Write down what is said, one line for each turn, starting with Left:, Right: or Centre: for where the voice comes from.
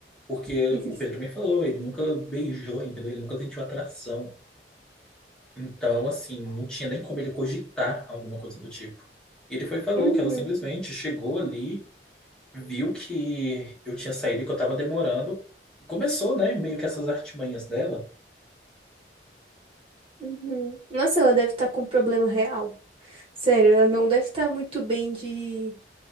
Centre: Porque
Right: <laughs>
Centre: o Pedro me falou, ele nunca beijou, entendeu? Ele nunca sentiu atração. Então, assim, não tinha nem como ele cogitar alguma coisa do tipo. Ele foi e falou
Right: Uhum,
Centre: que ela simplesmente chegou ali, viu que eu tinha saído e que eu tava demorando. Começou, né, meio que essas artimanhas dela.
Right: uhum. Nossa, ela deve estar com um problema real. Sério, ela não deve estar muito bem de